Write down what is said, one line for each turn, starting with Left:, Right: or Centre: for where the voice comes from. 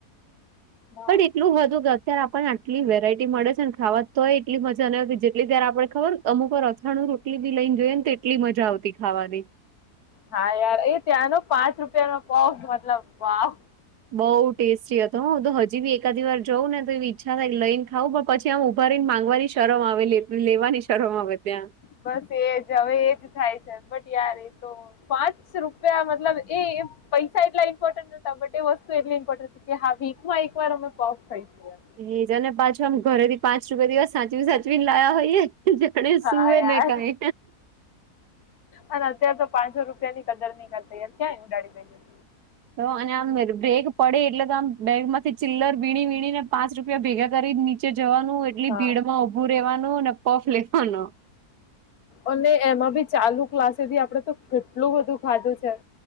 Left: બાપરે
Right: પણ એટલું વધુત. ત્યારે આપણને આટલી વેરાયટી મળે છે ને ખાવા તોય એટલી મજાને જેટલી ત આપણે ખબર. અમુક અથાણું રોટલી બી લઈને ગઈ ને તો એટલી મજા આવતી ખાવાની.
Left: હા યાર એ ત્યાંનો પાંચ રૂપિયા નો પગ મતલબ વાવ.
Right: બઉ ટેસ્ટી હતો હું તો હજી બી એકાદી વાર જાઉં ને તો એવી ઈચ્છા થાય લઈને ખાવં પણ પછી. ત્યાં ઉભાારીને માંગવાની શરમ આવે લેવાની શરમ આવે ત્યાં.
Left: બસ એજ હવે એજ થાય છે બટ યાર એ તો. પાંચ રૂપિયા મતલબ એ. પૈસા એટલા ઇમ્પોર્ટન્ટતા બટ એ વસ્તુ એટલી ઇમ્પોર્ટન્ટ હતી કે વીકમાં એક વાર અમે પોપ થઈશું.
Right: એજ ને પાછું આમ ઘરે થી પાંચ રૂપિયા દિવસ સાચવી સાચવી ને લાયા હોયએ. જાણે
Left: હા
Right: સુૂવે
Left: યાર
Right: ને કઈ.
Left: અને અત્યારે તો પાંચસો રૂપિયા ની કદર ની તૈયાર ક્યાંય ઉડાડી દઈ.
Right: તો અને આમ બ્રેક પડે એટલે તો આમ બેગ માંથી ચિલ્લર વીણી વીણીને. પાંચ રૂપિયા ભેગા કરી નીચે જવાનું એટલી
Left: હા
Right: ભીડ માં ઉઊભું રહેેવાનું ને પફ લેવાનો.
Left: અને એમાં બી ચાલુ ક્લાસેથી આપડે તો કેટલું બધું ખાધું છે.